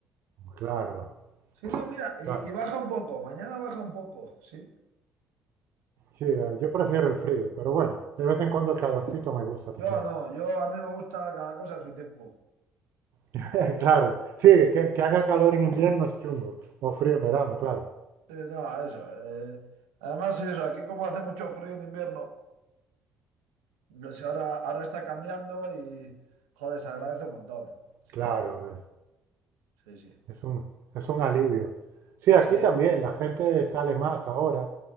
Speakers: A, on the right (about 65°); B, on the right (about 80°).
A: Claro,
B: Sí, no, mira, y,
A: claro.
B: y baja un poco, mañana baja un poco, sí.
A: Sí, eh, yo prefiero el frío, pero bueno, de vez en cuando el calorcito me gusta también.
B: Yo no, yo a mí me gusta cada cosa a su tiempo.
A: <laughs> Claro, sí, que, que haga calor en invierno es chungo, o frío en verano, claro.
B: Sí, no, eso. eh, Además, eso, aquí como hace mucho frío en invierno, pues ahora, ahora está cambiando y, joder, se agradece un montón. Sí,
A: Claro, eh,
B: sí, sí.
A: es un, es un alivio. Sí, aquí
B: Sí,
A: también la gente sale más ahora,